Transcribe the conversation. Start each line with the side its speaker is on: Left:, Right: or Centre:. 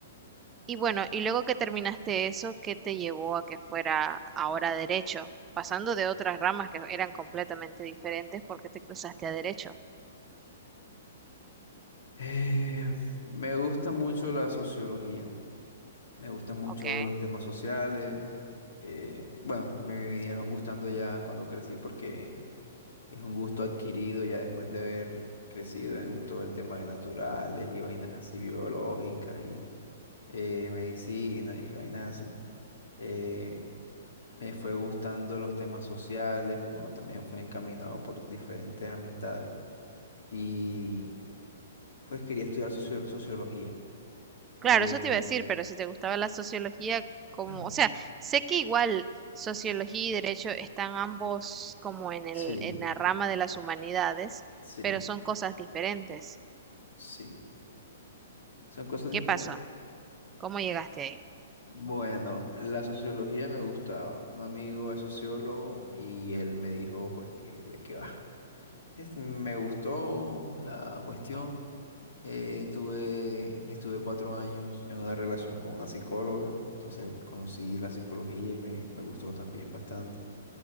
Right: Y bueno, y luego que terminaste eso, ¿qué te llevó a que fuera ahora derecho? Pasando de otras ramas que eran completamente diferentes, ¿por qué te cruzaste a derecho?
Left: Eh, me gusta mucho la sociología. Me gustan mucho
Right: Ok.
Left: los temas sociales. eh, bueno, me vinieron gustando ya cuando crecí porque Es un gusto adquirido ya después de haber crecido en todo el tema de naturales y vainas así biológicas y eh, medicina y vainas así. Eh, me fue gustando los temas sociales, que bueno, también fue encaminado por diferentes amistades. Y pues quería estudiar socio- sociología.
Right: Claro,
Left: Eh,
Right: eso te iba a decir, pero si te gustaba la sociología, como,
Left: <clears throat>
Right: o sea, sé que igual sociología y derecho están ambos como en el,
Left: sí,
Right: en la rama de las humanidades,
Left: sí,
Right: pero son cosas diferentes.
Left: sí. Son cosas
Right: ¿Qué
Left: diferentes.
Right: pasó? ¿Cómo llegaste ahí?
Left: Bueno, la sociología me gustaba. Un amigo es sociólogo y él me dijo pues que de qué va. Es- me gustó la cuestión. Eh, tuve, estuve cuatro años en una relación con una psicóloga, entonces conocí la psicología y me, me gustó también bastante.